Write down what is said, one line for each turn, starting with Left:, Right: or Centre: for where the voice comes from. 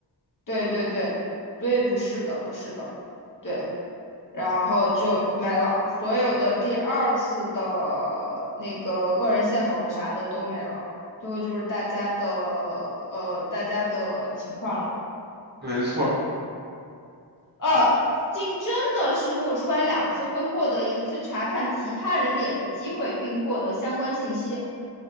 Left: 对对对，所以不是的，不是的，对，然后就没了，所有的第二次的那个个人线索和啥的都没了，最后就是大家的呃大家的情况了。
Right: 没错儿，
Left: 呃，竞争的是如果出来两次会获得一次查看其他人脸的机会，并获得相关信息。